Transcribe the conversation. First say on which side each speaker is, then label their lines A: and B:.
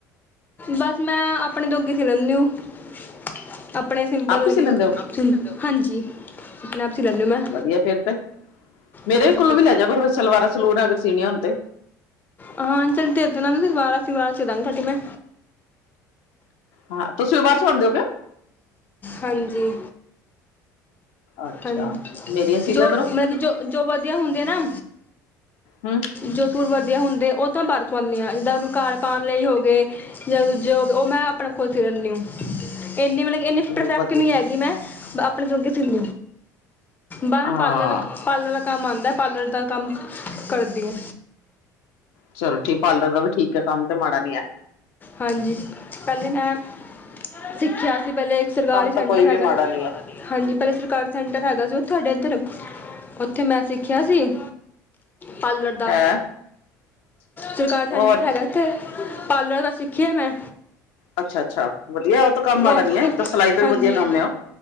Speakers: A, on the left (about 20°); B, on the left (about 65°).
A: ਬਸ ਮੈਂ ਆਪਣੇ ਜੋਗੀ ਸੀ ਲੈਂਦੀ ਹੁ ਅ ਆਪਣੇ ਸਿੰਪਲ
B: ਆਪ ਹੀ ਸੀ
A: ਮਤਲਬ
B: ਲੈਂਦੇ ਹੋ
A: ਹਾਂਜੀ। ਆਪਣੇ ਆਪ ਸੀ ਲੈਂਦੀ ਹੂੰ ਮੈਂ
B: ਵਧੀਆ ਫੇਰ ਤੇ ਮੇਰੇ
A: ਹਾਂਜੀ
B: ਕੋਲੋਂ ਵੀ ਲੈ ਜਾ ਕਰੋ ਫੇਰ ਸਲਵਾਰਾਂ- ਸਲਵੂਰਾਂ ਸਿਨਿਆ ਹੋਣ ਤੇ।
A: ਹਾਂ ਚੱਲ ਦੇ ਦੇਣਾ ਸਲਵਾਰਾ-ਸਲਵਾਰਾ ਸੀਦਾ ਗੀ ਤੁਹਾਡੀ ਮੈਂ।
B: ਹਾਂ ਤੁਸੀਂ ਵੀ ਬਾਰ ਸੁਆਉਂਦੇ ਹੋ ਕੇ।
A: ਹਾਂਜੀ।
B: ਅੱਛਾ
A: ਹਾਂਜੀ
B: ਮੇਰੀਆਂ ਸੀ
A: ਜੋ
B: ਦਿਆ ਕਰੋ
A: ਮੈਂ ਜੋ, ਜੋ ਵਧੀਆ ਹੁੰਦੇ ਆ ਨਾ।
B: ਹੂੰ।
A: ਜੋ ਸੂਰ ਵਧੀਆ ਹੁੰਦੇ ਔ ਤਾਂ ਬਾਰ ਸੂਆਨੀ ਆ ਜਿੱਦਾਂ ਕਾਰ ਪਾਣ ਲਈ ਹੋ ਗਏ ਯਾ ਦੂਜੇ ਹੋ ਔ ਮੈਂ ਆਪਣੇ ਖੁਦ ਸੀ ਲੈਨੀ ਉ। ਇੰਨੀ ਮਲਬ ਕੀ ਏਨੀ
B: ਚਲੋ
A: ਪਰਫੈਕਟ
B: ਵਧੀਆ
A: ਨੀ ਹੈਗੀ ਮੈਂ ਆਪਣੇ ਜੋਗੀ ਸੀਲ ਬਾ ਮੇਨ
B: ਹਾਂ
A: ਪਾਰਲਰ ਦਾ ਪਾਰਲਰ ਦਾ ਕੰਮ ਆਂਦਾ ਪਾਰਲਰ ਦਾ ਕੰਮ ਕਰਦੀ ਆ।
B: ਚਲੋ ਠੀ ਪਾਰਲਰ ਦਾ ਵੀ ਠੀਕ ਐ ਕੰਮ ਤੇ ਮਾੜਾ ਨੀ ਐ।
A: ਹਾਂਜੀ, ਪੈਲੇ ਮੈਂ ਸਿੱਖਿਆ ਸੀ ਪੈਲੇ ਸਰਕਾਰੀ
B: ਕੰਮ
A: ਸੈਂਟਰ
B: ਤਾਂ ਕੋਈ
A: ਹੈਗਾ।
B: ਵੀ ਮਾੜਾ ਨੀ ਹੈ
A: ਹਾਂਜੀ ਪੈਲੇ ਸਰਕਾਰੀ ਸੈਂਟਰ ਹੈਗਾ ਸੀ ਤੁਹਾਡੇ ਇੱਧਰ ਉੱਥੇ ਮੈਂ ਸਿੱਖਿਆ ਸੀ। ਪਾਲਰ ਦਾ,
B: ਹੈਂ
A: ਸਰਕਾਰੀ ਸੈਂਟਰ
B: ਹੋਰ
A: ਹੈਗਾ ਇੱਥੇ ਪਾਲਰ ਦਾ ਸਿੱਖਿਆ ਮੈਂ।
B: ਅੱਛਾ ਅੱਛਾ ਵਧੀਆ ਉਹ ਤਾਂ ਕੰਮ ਮਾੜਾ
A: ਬਸ
B: ਨੀ ਹੈ ਤਾਂ ਸਿਲਾਈ ਤੋਂ
A: ਹਾਂਜੀ।
B: ਵੀ ਵਧੀਆ ਕੰਮ ਹੈ ਉਹ